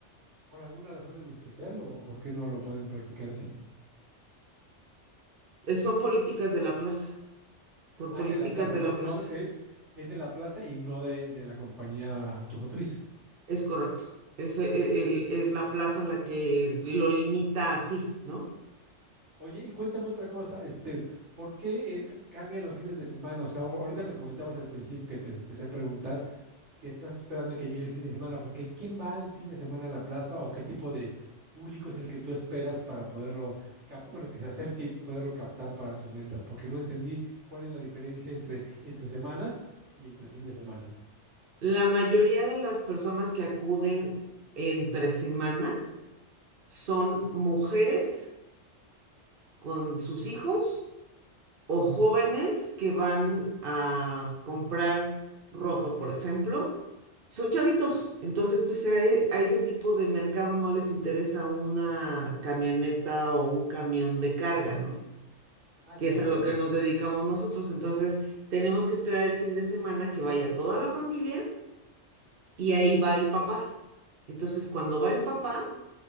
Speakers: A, on the right; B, on the right.
A: ¿Por alguna razón en especial o por qué no lo pueden practicar así?
B: Eh, Son políticas de la plaza, por
A: Ah,
B: políticas
A: es de la plaza,
B: de
A: no,
B: la
A: no,
B: plaza,
A: eh, es de la plaza y no de, de la compañía automotriz.
B: es correcto. Es, e- el, es la plaza la que lo limita así, ¿no?
A: Oye, y cuéntame otra cosa, este, ¿por qué eh, cambian los fines de semana? O sea, ahor- ahorita me comentabas al principio que te empecé a preguntar que estás esperando que llegue el fin de semana, porque ¿quién va al fin de semana a la plaza o qué tipo de público es el que tú esperas para poderlo, cap- bueno, que se acerque y poderlo captar para tus ventas? Porque no entendí cuál es la diferencia entre entre semana y entre fin de semana.
B: La mayoría de las personas que acuden entre semana son mujeres con sus hijos o jóvenes que van a comprar ropa, por ejemplo, son chavitos. Entonces, pues a, e- a ese tipo de mercado no les interesa una camioneta o un camión de carga, ¿no?
A: Ah,
B: Que
A: ya,
B: es
A: ok,
B: a lo
A: ya.
B: que nos dedicamos nosotros. Entonces, tenemos que esperar el fin de semana que vaya toda la familia y ahí va el papá. Entonces, cuando va el papá,